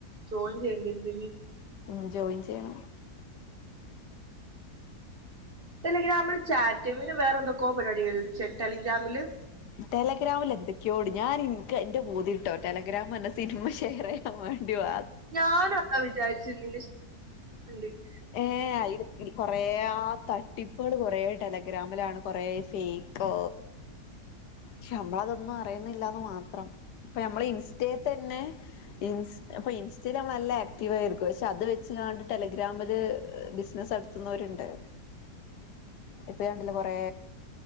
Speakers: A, on the right; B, on the left.
A: ജോയിൻ ചെയ്യേണ്ടില്ല
B: ഉം ജോയിൻ ചെയ്യണ
A: ടെലിഗ്രാമിൽ ചാറ്റ് പിന്നെ വേറെ എന്തൊക്കോ പരിപാടിക ടെലിഗ്രാമില്
B: ടെലഗ്രാമിൽ എന്തൊക്കെയോട് ഞാൻ എനിക്ക് എന്റെ ബൂതി ഇട്ടോ ടെലഗ്രാം ന്ന സിനിമ ഷെയർ ചെയ്യാൻ മ്മണ്ടി വ
A: ഞാനാ വിചാരിച്ചത് <unintelligible>
B: ഏഹ് അയി കൊറെ ആഹ് ത ട്ടിപ്പുക്കള് കൊറെ ടെലഗ്രാമിലാണ് കൊറെ ഫേക്ക് പക്ഷെ നമ്മളത് ഒന്നും അറിയുന്നില്ലാന്ന് മാത്രം ഇപ്പ നമ്മൾ ഇൻസ്റ്റ തന്നെ ഇ അപ്പൊ ഇൻസ്റ്റ നല്ല ആക്റ്റീവ് ആയിരിക്കും പക്ഷെ അത് വെച്ച് ങ്ങാണ്ട് ടെലിഗ്രാമിൽ ബിസിനസ് നടത്തുന്നവരുണ്ട് ഇപ്പണ്ടില്ല കൊറെ